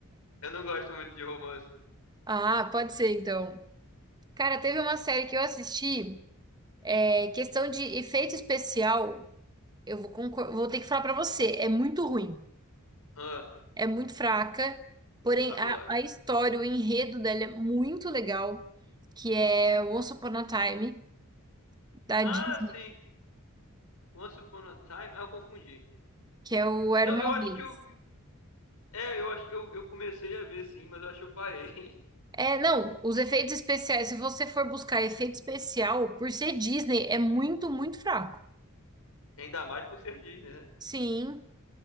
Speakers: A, on the left; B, on the right.
A: Eu não gosto muito de romance.
B: Ah, pode ser, então. Cara, teve uma série que eu assisti. É questão de efeito especial, eu vou, concor- vou ter que falar pra você, é muito ruim,
A: Ah,
B: é muito fraca, porém
A: adoro.
B: a, a história, o enredo dela é muito legal, que é Once Upon a Time, da
A: Ah,
B: Disney,
A: sim. Once Upon a Time. Ah, eu confundi.
B: que é o Era
A: Eu,
B: Uma
A: eu acho
B: Vez.
A: que eu vi. É, eu acho que eu, eu comecei a ver sim, mas eu acho que eu parei. <laughs>
B: É, não, os efeitos especiais, se você for buscar efeito especial, por ser Disney, é muito, muito fraco.
A: Ainda mais por ser Disney, né?
B: Sim,